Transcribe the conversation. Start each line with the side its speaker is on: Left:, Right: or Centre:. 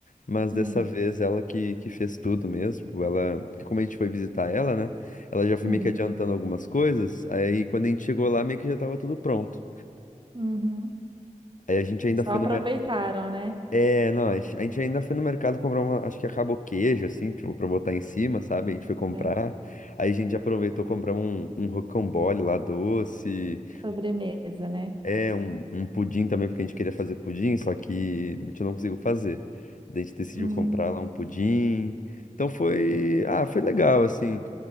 Left: mas
Right: Hum,
Left: dessa vez ela que, que fez tudo mesmo, tipo, ela, porque como a gente foi visitar ela, né, ela já foi
Right: uhum,
Left: meio que adiantando algumas coisas, aí quando a gente chegou lá, meio que já tava tudo pronto.
Right: uhum.
Left: Aí a gente ainda
Right: Só
Left: foi
Right: aproveitaram,
Left: no mercado.
Right: né?
Left: É, não, a gente a gente ainda foi no mercado comprar uma, acho que acabou queijo, assim, tipo, pra botar em cima, sabe? A gente foi comprar.
Right: É.
Left: Aí a gente aproveitou comprar um, um rocambole lá doce.
Right: Sobremesa, né?
Left: É, um, um pudim também, porque a gente queria fazer pudim, só que a gente não conseguiu fazer. Daí a gente decidiu
Right: Hum.
Left: comprar lá um pudim. Então foi. Ah, foi legal, assim.